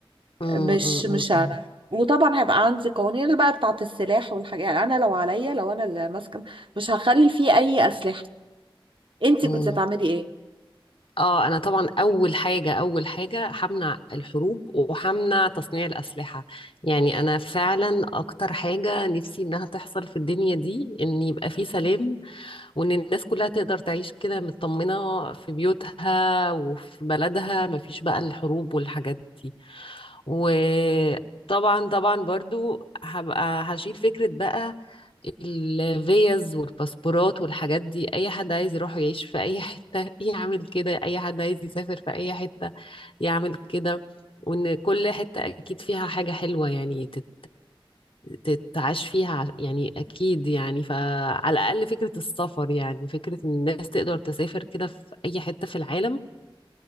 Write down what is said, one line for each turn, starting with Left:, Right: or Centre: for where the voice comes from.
Left: مم،
Right: مش
Left: مم،
Right: مش
Left: مم،
Right: شارع وطبعا هيبقى عندي قوانين اللي بقى بتاعت السلاح والحاجات يعني انا لو عليا لو انا اللي ماسكه مش هخلي فيه اي اسلحه انت
Left: مم.
Right: كنت هتعملي ايه
Left: اه انا طبعا اول حاجه اول حاجه همنع الحروب وهمنع تصنيع الاسلحه يعني انا فعلا اكتر حاجه نفسي انها تحصل في الدنيا دي ان يبقى في سلام وان الناس كلها تقدر تعيش كده مطمنه في بيوتها وفي بلدها مفيش بقى الحروب والحاجات دي وطبعا طبعا برضو هبقى هشيل فكره بقى الفيز والباسبورات والحاجات دي اي حد عايز يروح يعيش في اي حتة يعمل كده اي حد عايز يسافر في اي حتة يعمل كده وان كل حتة اكيد فيها حاجة حلوة يعني تت... تتعاش فيها ع- يعني اكيد يعني فعلى الاقل فكرة السفر يعني فكرة ان الناس تقدر تسافر كده في اي حتة في العالم